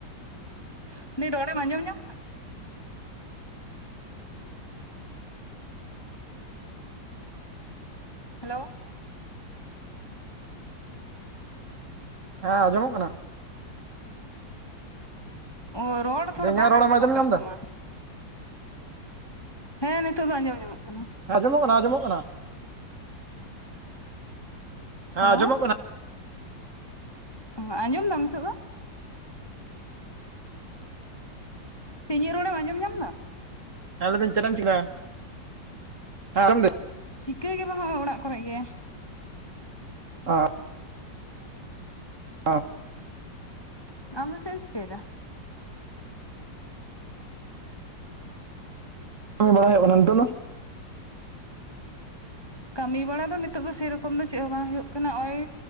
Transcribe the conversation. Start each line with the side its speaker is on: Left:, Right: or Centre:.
Left: <unintelligible> ᱨᱚᱲᱮᱢ ᱟᱸᱡᱚᱢ ᱧᱟᱢ ᱫᱟ? ᱦᱮᱞᱳ ᱾
Right: ᱦᱮᱸ ᱟᱸᱡᱚᱢᱚᱜ ᱠᱟᱱᱟ ᱾
Left: ᱚ ᱨᱚᱲ ᱛᱷᱚᱲᱟ
Right: ᱞᱟᱹᱭ ᱤᱧᱟᱹᱜ
Left: ᱵᱟᱝ
Right: ᱨᱚᱲᱮᱢ
Left: ᱟᱸᱡᱚᱢᱚᱜ
Right: ᱟᱸᱡᱚᱢ
Left: ᱠᱟᱱ
Right: ᱧᱟᱢ ᱮᱫᱟ
Left: ᱛᱟᱢᱟ ᱾ ᱦᱮᱸ ᱱᱤᱛᱚᱜ ᱫᱚ ᱟᱸᱡᱚᱢ ᱧᱟᱢᱚᱜ ᱠᱟᱱᱟ ᱾
Right: ᱟᱸᱡᱚᱢᱚᱜ ᱠᱟᱱᱟ ᱟᱸᱡᱚᱢᱚᱜ ᱠᱟᱱᱟ ᱾ ᱦᱮᱸ
Left: ᱦᱮᱞᱳ
Right: ᱟᱸᱡᱚᱢᱚᱜ ᱠᱟᱱᱟ ᱾
Left: ᱚᱻ ᱟᱸᱡᱚᱢ ᱫᱟᱢ ᱱᱤᱛᱚᱜ ᱫᱚ? ᱪᱮ ᱤᱧᱟᱜ ᱨᱚᱲᱮᱢ ᱟᱸᱡᱚᱢ ᱧᱟᱢ ᱫᱟ?
Right: ᱦᱮᱸ ᱞᱟᱹᱭᱫᱟᱹᱧ ᱪᱮᱫ ᱮᱢ ᱪᱤᱠᱟ ᱫᱟ? ᱦᱮᱸ ᱟᱡᱚᱢ ᱫᱤᱧ ᱾
Left: ᱪᱤᱠᱟᱹ ᱜᱮ ᱵᱟᱝ ᱦᱚᱜᱼᱚᱭ ᱚᱲᱟᱜ ᱠᱚᱨᱮ ᱜᱮ ᱾
Right: ᱚ ᱾ ᱪᱮᱫ <inaudible> <inaudible>
Left: ᱟᱢ ᱫᱚ ᱪᱮᱫ ᱮᱢ ᱪᱤᱠᱟᱹᱭᱮᱫᱟ
Right: ᱠᱟᱹᱢᱤ ᱵᱟᱲᱟᱭ ᱦᱩᱭᱩᱜ ᱠᱟᱱᱟ ᱱᱤᱛᱳ ᱫᱚ?
Left: ᱠᱟᱹᱢᱤ ᱵᱟᱲᱟ ᱫᱚ ᱱᱤᱛᱚᱜ ᱫᱚ ᱥᱮᱨᱚᱠᱚᱢ ᱫᱚ ᱪᱮᱫ ᱦᱚᱸ ᱵᱟᱝ ᱦᱳᱭᱳᱜ ᱠᱟᱱᱟ ᱱᱚᱜ-ᱚᱭ